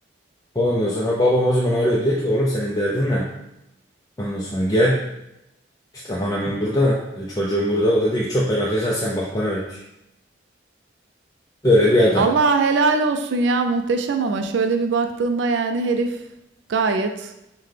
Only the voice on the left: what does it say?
Ondan sonra babam o zaman arıyor. Diyor ki oğlum senin derdin ne? Ondan sonra gel. İşte hanımın burada. e, Çocuğum burada. O da diyor ki çok meraklıysan sen bak bana ne diyor. Böyle bir adam.